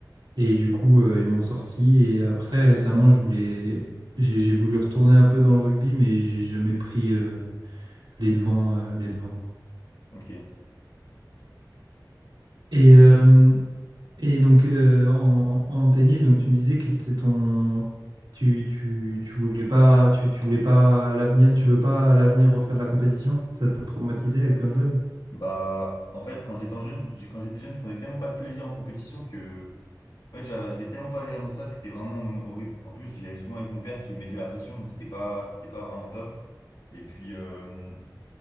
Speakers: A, on the right; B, on the left.
A: et du coup, euh, ils m'ont sorti. Et après, récemment, je voulais, j'ai j'ai voulu retourner un peu dans le rugby, mais j'ai jamais pris euh, les devants, euh, les devants.
B: Ok.
A: Et euh, et donc euh, en, en tennis, donc tu me disais que t'es ton, tu, tu, tu voulais pas, tu, tu voulais pas à l'avenir, tu veux pas à l'avenir refaire de la compétition? Ça t'a traumatisé à être jeune?
B: Bah, en fait, quand j'étais en jeune, j'ai- quand j'étais jeune, je prenais tellement pas de plaisir en compétition que, en fait, j'arrivais tellement pas à gérer mon stress que c'était vraiment un moment horrible. En plus, j'y allais souvent avec mon père qui me mettait la pression, donc c'était pas, c'était pas vraiment top. Et puis, euh,